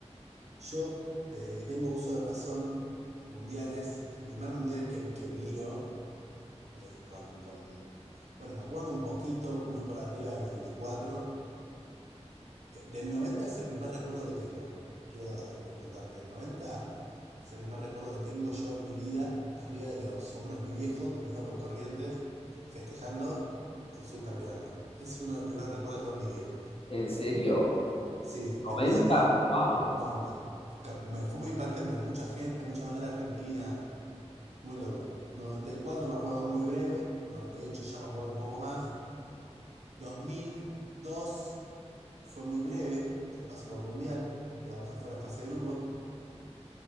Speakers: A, on the right; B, on the left.
A: yo, desde que tengo uso de razón, mundiales, el primer mundial que, que miro, eh, con, con, bueno, me acuerdo un poquito, muy por arriba del noventa y cuatro Eh, Del 90 es el primer recuerdo que tengo. Quiero eh, contarte. El 90 es el primer recuerdo que tengo yo en mi vida, arriba de los hombros de mi viejo, caminando por Corrientes, festejando el subcampeonato. Ese es uno de los primeros recuerdos de toda mi vida.
B: ¿En serio?
A: Sí,
B: noventa
A: después del noven-
B: ¡Wow!
A: 90. Ca- Me fue muy impactante. Mucha gente, mucha bandera argentina. Muy loco. noventa y cuatro me acuerdo muy breve. noventa y ocho ya me acuerdo un poco más. dos mil dos Fue muy breve el paso por el Mundial, quedamos afuera en fase de grupos.